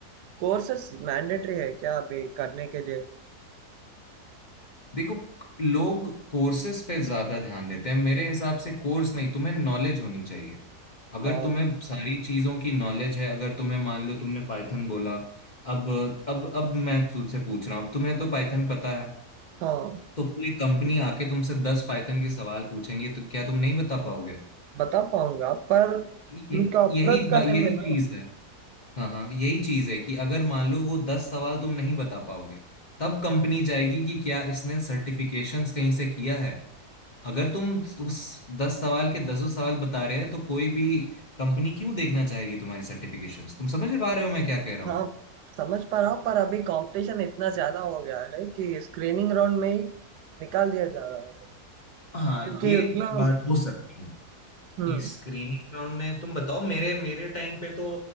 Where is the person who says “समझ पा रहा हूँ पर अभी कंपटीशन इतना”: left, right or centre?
Right